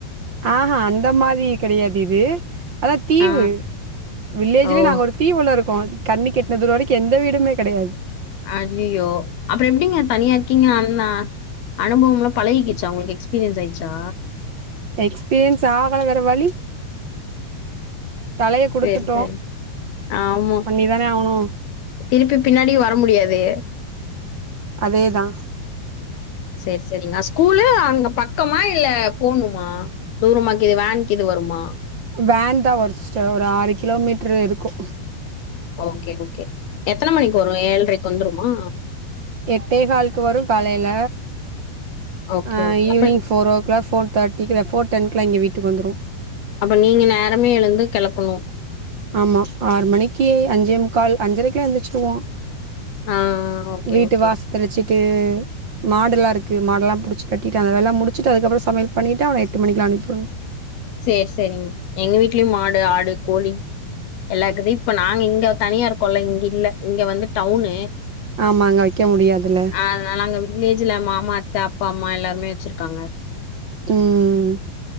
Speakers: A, on the right (about 55°); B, on the left (about 75°).
A: ஆஹா அந்த மாரி கெடையாது இது அதா தீவு
B: ஆ
A: வில்லேஜ்லேயே
B: ஓ
A: நாங்க ஒரு தீவு உள்ள இருக்கோ கண்ணுக்கெட்ன தூர வரைக்கு எந்த வீடுமே கெடையாது
B: அய்யயோ அப்ற எப்டிங்க தனியா இருக்கீங்க அந்தா அனுபவம்லா பழகிக்கிச்சா உங்குளுக்கு எக்ஸ்பீரியன்ஸ் ஆயிர்ச்சா
A: எக்ஸ்பீரியன்ஸ் ஆகல வேர வழி தலைய குடுத்துட்டோ
B: சேரி சேரி ஆமா
A: பண்ணிதானே ஆவுணு
B: திருப்பி பின்னாடி வர முடியாது
A: அதேதா
B: செரி செரிங்கா ஸ்கூலு அங்க பக்கமா இல்ல போணுமா தூரமாக்கிது வேன் கிது வருமா
A: வேன் தா வரு சிஸ்டர் ஒரு ஆறு கிலோமீட்ரு இருக்கூ
B: ஓகே ஓகே எத்தன மணிக்கு வரு ஏழ்ரைக்கு வந்துருமா
A: எட்டே ஹால்க்கு வரு காலைல
B: ஓகே
A: அ
B: ஓகே
A: ஈவ்னிங்
B: அப்ப
A: ஃபோரோ ஓக் குள்ள ஃபோர் தேட்டிக்கி இத போர் டென்க்லா இங்க வீட்டுக்கு வந்துரு
B: அப்ப நீங்க நேரமே எழுந்து கெளப்பணு
A: ஆமா ஆறு மணிக்கே அஞ்சே முக்கால் அஞ்சரைக்லா எந்திரிச்சிருவோ
B: ஆ ஓகே
A: வீட்டு
B: ஓகே
A: வாச தெளிச்சிட்டு மாடெல்லாருக்கு மாடெல்லா புடிச்சு கட்டிட்டு அந்த வேலலா முடிச்சுட்டு அதுக்கப்புறோ சமையல் பண்ணிட்டு அவன எட்டு மணிக்கிலா அனுப்பிட்ணு
B: சேர் சேரிங்க எங்க வீட்லயு மாடு ஆடு கோழி எல்லாக்குது இப்ப நாங்க இங்க தனியாருக்கோல்ல இங்க இல்ல இங்க வந்து டவுனு
A: ஆமா அங்க வைக்க முடியாதுல்ல
B: அதனால அங்க வில்லேஜ்ல மாமா அத்த அப்பா அம்மா எல்லாருமே வச்சிருக்காங்க
A: ம்